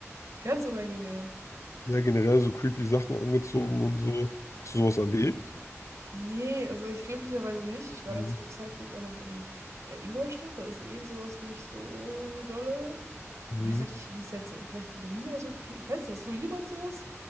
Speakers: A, on the right; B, on the left.
A: ganz unangenehm.
B: Ja, generell so creepy Sachen angezogen und so. Hast du sowas erlebt?
A: Nee, also ich glücklicherweise nicht. Ich war
B: Mhm.
A: da zu dem Zeitpunkt auch noch in äh, Ingolstadt. Da ist eh sowas nicht so dolle.
B: Mhm.
A: Ich weiß nicht, wie es jetzt vielleicht in Berlin oder so ging. Ich weiß nicht, hast du jemals sowas?